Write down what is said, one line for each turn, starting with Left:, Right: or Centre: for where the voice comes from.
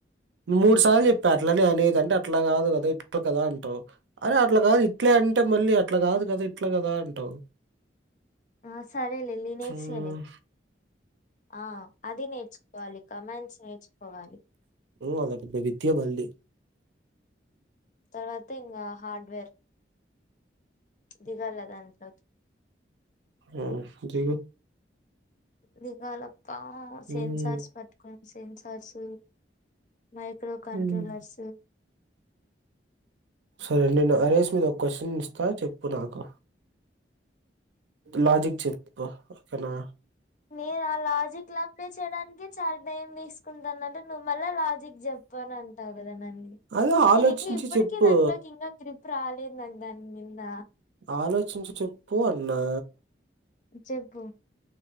Right: మూడు సార్లు చెప్పా అట్లనే అనేది అంటే అట్లా కాదు కదా ఇట్లా కదా అంటావు అరే అట్లా కాదు ఇట్లే అంటే మళ్ళీ అట్లా కాదు కదా ఇట్లా కదా అంటావు
Left: ఆ సరేలే లైనక్స్
Right: ఉమ్.
Left: ఏలే ఆ అది నేర్చుకోవాలి కమాండ్స్ నేర్చుకోవాలి
Right: ఉఊ అద పెదత్య మళ్లి
Left: తర్వాత ఇంగ హార్డ్వేర్ దిగాలదా అంట
Right: ఉ దిగు
Left: దిగాలప్ప సెన్సార్స్
Right: ఉమ్,
Left: పట్టుకుని సెన్సార్స్ మైక్రో కంట్రోలర్స్
Right: ఉమ్. సరే నేను అరేస్ మీద ఒక క్వశ్చన్ ఇస్తా చెప్పు నాకు లాజిక్ చెప్పు ఓకేనా
Left: నేను ఆ లాజిక్ లాపే చేయడానికి చాలా టైం తీసుకుంటానట్టు నువ్వు మళ్ళా లాజిక్ చెప్పను అంటావు కదా నన్ని
Right: అదే ఆలోచించి
Left: నేను ఇంకా ఇప్పటిక
Right: చెప్పు
Left: దాంట్లోకి ఇంకా గ్రిప్ రాలేదు దానింద
Right: ఆలోచించి చెప్పు అన్నా
Left: చెప్పు